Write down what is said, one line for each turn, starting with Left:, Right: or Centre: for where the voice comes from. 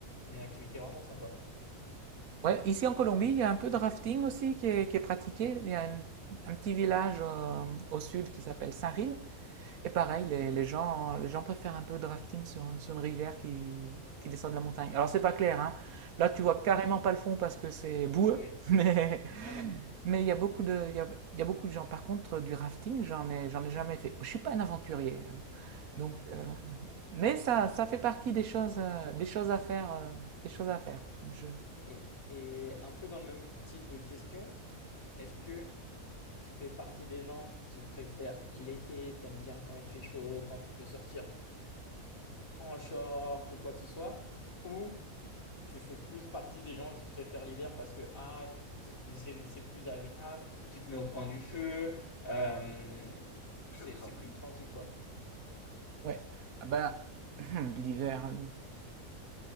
Left: une activité vraiment sympa.
Right: Ouais, ici en Colombie, il y a un peu de rafting aussi qui est, qui est pratiqué. Il y a une- un petit village euh, au sud qui s'appelle Saint-Ril. Et pareil, les, les gens, les gens peuvent faire un peu de rafting sur, sur une rivière qui, qui descend de la montagne. Alors c'est pas clair, hein. Là tu vois carrément pas le fond parce que c'est boueux,
Left: Ah oui, ouais.
Right: <laughs> mais
Left: Ah Ouais.
Right: mais il y a beaucoup de il y a, il y a beaucoup de gens. Par contre, du rafting, j'en ai j'en ai jamais fait. Je suis pas un aventurier, hein. Donc
Left: Ok.
Right: euh, mais ça ça fait partie des choses euh, des choses à faire euh, des choses à faire. Je
Left: Et, et un peu dans le même style de question, est-ce que tu fais partie des gens qui préfèrent l'été, t'aimes bien quand il fait chaud, quand tu peux sortir en short ou quoi que ce soit, ou tu fais plus partie des gens qui préfèrent l'hiver parce que ah, c'est c'est- c'est plus agréable, tu te mets au coin du feu, euh, Je c'est vous en c'est plus prie. tranquille quoi.
Right: ouais. Ah bah <clears throat> l'hiver.